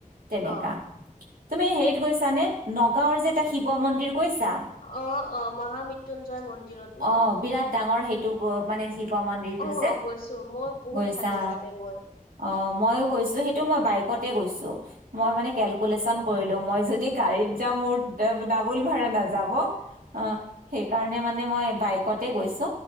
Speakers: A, on the right; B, on the left.
A: তেনেকা।
B: অ
A: তুমি হেৰিত গৈছা নে নগাঁওৰ যে এটা শিৱ মন্দিৰ। কৈছা
B: অ অ মহামৃত্যুঞ্জয় মন্দিৰত ন
A: অ বিৰাট ডাঙৰ সেইটো মানে। শিৱ মন্দিৰটো
B: অ
A: যে
B: গৈছো মই বহুত
A: গৈছা।
B: ভাল লাগে তাতে গৈ
A: অ মইয়ো গৈছো সেইটো মই বাইকতে গৈছো। মই মানে কেলকোলেচন
B: উম
A: কৰিলো মই যদি গাড়ীত
B: উম
A: যাওঁ মোৰা ডাবুল ভাৰা নাযাব। অ সেইকাৰণে মানে মই বাইকতে গৈছো